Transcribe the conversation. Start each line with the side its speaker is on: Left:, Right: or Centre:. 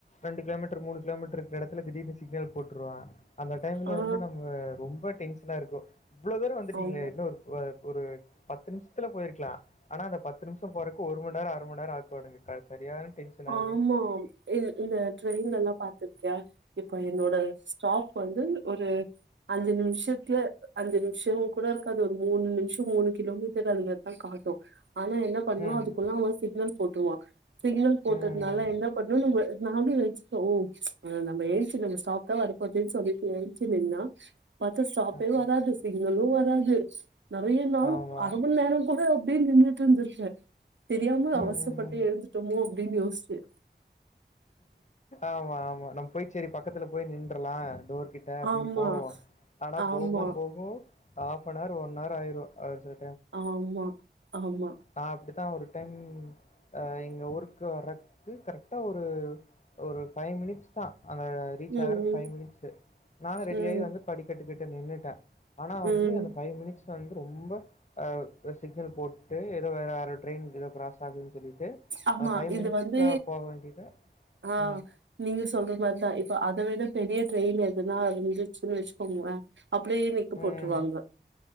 Left: ரெண்டு கிலோமீட்டர் மூணு கிலோமீட்டரு இருக்குற எடத்துல திடீர்னு சிக்னல் போட்ருவா அந்த டைம்ல
Right: ஆ
Left: வந்து நம்ம ரொம்ப டென்ஷனா இருக்கும் இவ்ளோ தூரம் வந்துட்டீங்களே
Right: ஆமா
Left: இன்னும் ஒரு வ ஒரு பத்து நிமிஷத்துல போயிருக் லா ஆனா அந்த பத்து நிமிஷோ போறக்கு ஒரு மண் நேரம் அரை மண் நேரம் ஆக்குவானுங்க க்க சரியான டென்ஷன் ஆகும்.
Right: ஆமாம் இது இந்த ட்ரெயின் எல்லா பாத்திருக்கியா இப்ப என்னோட ஸ்டாப் வந்து ஒரு அஞ்சு நிமிஷத்துல அஞ்சு நிமிஷோங் கூட அது ஒரு மூணு நிமிஷொ மூணு கிலோமீட்டர் அதுமாரி தா காட்டோ ஆனா என்னப் பண்ணுவா
Left: ம்,
Right: அதுக்குள்ள அவெ சிக்னல் போட்ருடுவா சிக்னல் போட்டத்னால
Left: ம்.
Right: அத்னால என்ன பண்ணூவோ நம்பள நாமளே வெச்சுக்குவோ ஓ நம்ம எழுஞ்சி நம்ப சாப்டா போதே சொல்லிட்டு எழுஞ்சி நின்னா பார்த்தா ஸ்டாப்பே
Left: ஓகே.
Right: வராது சிக்னலூ வராது நெறய நாள்
Left: ஆமா.
Right: அர மண் நேரங் கூட அப்டியே நின்னுட் இருந்திருக்கே தெரியாம அவசரப்பட்டு
Left: ம், ம், ம்.
Right: எழுந்துட்டோமோ அப்டின்னு யோஸ்ச்சே
Left: ஆமா ஆமா நம்ம போயி சேரி பக்கத்துல போய் நின்றலா டோர் கிட் ட அப்டின்
Right: ஆமா,
Left: போவோ ஆனா
Right: ஆமா,
Left: போகூ போகூ ஆஃப்னர் ஒன் அவர் ஆயிரூ ஒரு சில
Right: ஆம்மா ஆம்மா
Left: நா அப்டித்தா ஒரு டைம் அ எங்க ஊருக்கு வர்றக்கு கரெக்டா ஒரு ஒரு ஃபைவ் மினிட்ஸ் தா அத ரீச்
Right: ம்,
Left: ஆகறக்கு ஃபைவ்
Right: ம்,
Left: மினிட்ஸூ நானு
Right: ம்,
Left: ரெடியாயி வந்து படிக் கேட்டுக் கிட்ட நின்னுட்டே ஆனா
Right: ம்.
Left: வந்து அந்த ஃபைவ் மினிட்ஸ் வந்து ரொம்ப அ சிக்னல் போட் டு ஏதோ வேற வேற ட்ரெயின் ஏதோ கிராஸ் ஆகுத் சொல்லிட்டு
Right: ஆமா.
Left: அத ஃபைவ்
Right: இது
Left: மினிட்ஸா
Right: வந்து
Left: போக வேண்டியத
Right: ஆ
Left: ம்
Right: நீங்க சொல்ற மோரிதா இப்போ அத விட பெரிய ட்ரெயின் எதுனா இருந்துச்சுன்னு வச்சிக்கோங்களே அப்டியே நிக்க போட்டுருவாங்க
Left: ம்.